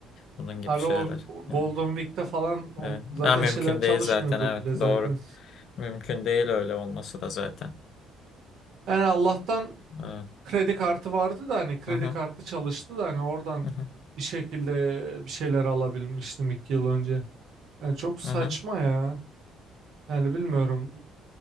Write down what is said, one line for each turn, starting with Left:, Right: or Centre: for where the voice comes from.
Left: Bunun gibi
Right: abi
Left: şeyler.
Right: o o
Left: Evet.
Right: Golden Week'te falan on-
Left: Evet.
Right: zaten
Left: Ha, mümkün
Right: şeyler çalışmıyordur
Left: değil zaten evet
Right: bile zaten.
Left: doğru. Mümkün değil öyle olması da zaten.
Right: Yani Allah'tan
Left: Evet.
Right: kredi kartı vardı da hani kredi
Left: Hı hı.
Right: kartı çalıştı da hani oradan
Left: Hı hı.
Right: bir şekilde bir şeyler alabilmiştim iki yıl önce. Yani çok saçma
Left: Hı hı.
Right: ya. Yani bilmiyorum